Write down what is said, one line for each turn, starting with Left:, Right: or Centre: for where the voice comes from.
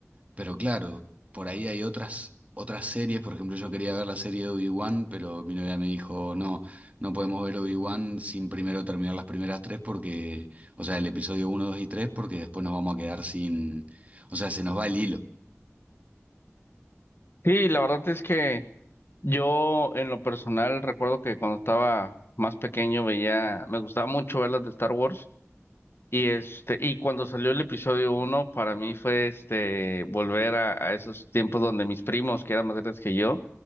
Right: pero claro, por ahí hay otras, otras series. Por ejemplo, yo quería ver la serie de Obi-Wan, pero mi novia me dijo, no, no podemos ver Obi-Wan sin primero terminar las primeras tres porque, o sea, el episodio uno 2 y 3 porque después nos vamos a quedar sin, o sea, se nos va el hilo.
Left: Sí, la verdad es que yo en lo personal recuerdo que cuando estaba más pequeño veía, me gustaba mucho ver las de Star Wars Y este, y cuando salió el episodio uno, para mí fue este volver a, a esos tiempos donde mis primos, que eran más grandes que yo,